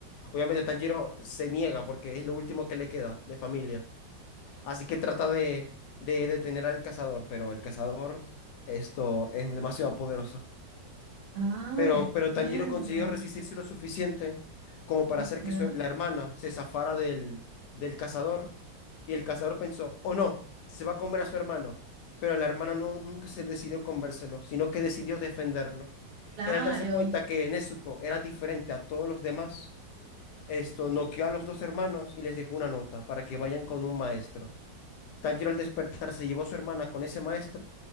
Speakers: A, on the left; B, on the right.
A: Obviamente Tanjiro se niega porque es lo último que le queda de familia. Así que trata de, de detener al cazador, pero el cazador, esto es demasiado poderoso.
B: Ah,
A: Pero,
B: entiendo.
A: pero Tanjiro consiguió resistirse lo suficiente como para
B: Ajá.
A: hacer que su- la hermana se zafara del, del cazador. Y el cazador pensó, oh no, se va a comer a su hermano. Pero la hermana no, nunca se decidió comérselo, sino que decidió defenderlo.
B: Claro.
A: Él al darse cuenta que Nezuko era diferente a todos los demás, esto noqueó a los dos hermanos y les dejó una nota para que vayan con un maestro. Tanjiro al despertar se llevó a su hermana con ese maestro